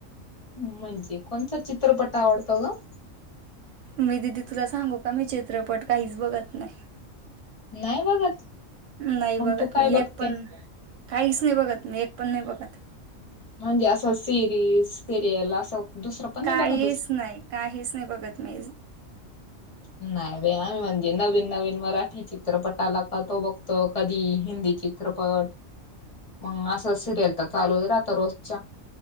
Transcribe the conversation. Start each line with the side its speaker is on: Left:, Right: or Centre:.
Left: म्हणजे कोणचा चित्रपट आवडतो गं?
Right: मी दिदी तुला सांगू का?, मी चित्रपट काहीच बघत नाही.
Left: नाही बघत?
Right: नाही
Left: मग
Right: बघत
Left: तू काय
Right: मी.
Left: बघते?
Right: एक पण नही. काहीच नाही बघत मी. एक पण नाही बघत.
Left: म्हणजे असं सिरीज, सिरियल असं दुसरं पण
Right: काहीच
Left: नाही बघत दुस
Right: नाही, काहीच नाही बघत मी.
Left: नाही बाई आम्ही म्हणजे, नवीन नवीन मराठी चित्रपट आला का? तो बघतो, कधी हिंदी चित चित्रपट. मग असं सिरियल तर चालूच राहता रोजच्या.